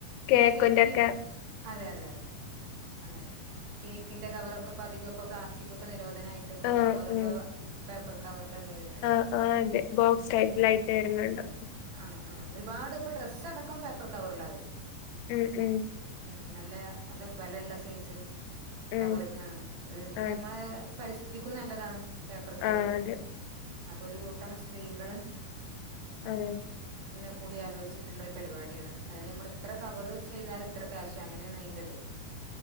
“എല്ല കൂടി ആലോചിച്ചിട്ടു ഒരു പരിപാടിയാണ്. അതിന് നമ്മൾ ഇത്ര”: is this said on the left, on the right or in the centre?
Right